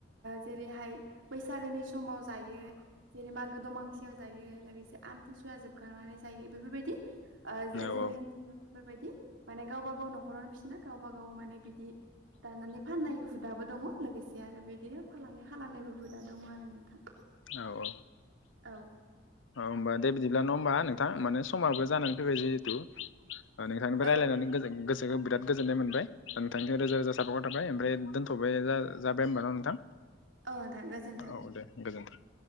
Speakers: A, on the right (about 80°); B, on the left (about 80°).
A: जेरैहाय बैसागोनि समाव जायो जेरै मागो दमासियाव जायो। लोगोसे आमथिसुवा जोबखांनानै जायो बेफोरबायदि ओ जोंनि
B: औ
A: ओनसोलाव बेफोरबायदि माने गावबा गाव न'खरावनो फिसिना गावब गाव माने बिदि दानानै फाननाय हुदाबो दङ लोगोसे आरो बिदिनो फालांगि खालामांनायबो हुदा दङ आरो नोंथां,
B: औ औ
A: औ
B: औ होमबा दे बिदिब्ला नङा होमबा नोंथां माने समाबो जानानै फैबाय जिहेथु ओ नोंथांनिफ्राय
A: औ
B: रायज्लायनानै गोजोन गोस बिराद गोजोननाय मोनबाय नोंथांखौ रोजा रोजा साबायखर थाबाय ओमफ्राय दोनथ'बाय जा जाबाय होमबा ना नोंथां?
A: औ नोंथां गोजोन्थों।
B: औ दे गोजोनथों।